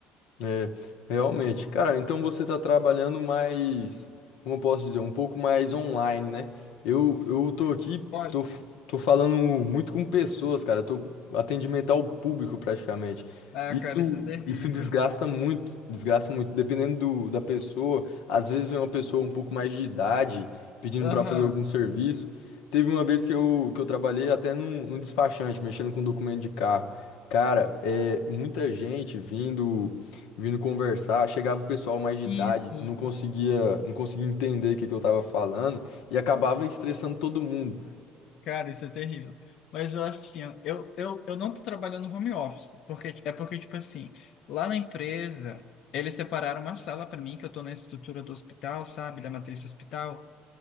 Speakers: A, on the left; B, on the left.
A: É, realmente. Cara, então você tá trabalhando mais, como eu posso dizer, um pouco mais online, né? Eu, eu tô aqui,
B: <laughs> Olha.
A: tô, f- tô falando muito com pessoas, cara. Tô atendimento ao público praticamente.
B: Ah,
A: Isso,
B: cara, isso é terrível.
A: isso desgasta muito, desgasta muito. Dependendo do, da pessoa, às vezes vem uma pessoa um pouco mais de idade pedindo
B: Aham.
A: pra fazer algum serviço. Teve uma vez que eu, que eu trabalhei até num, num despachante, mexendo com documento de carro. Cara, é muita gente vindo vindo conversar, chegava o pessoal mais de
B: Sim,
A: idade,
B: sim.
A: não conseguia, não conseguia entender o que que eu tava falando e acabava estressando todo mundo.
B: Cara, isso é terrível. Mas eu assim, ó, eu, eu, eu não tô trabalhando home office, porque é porque, tipo assim, lá na empresa, eles separaram uma sala para mim, que eu tô na estrutura do hospital, sabe, da matriz do hospital.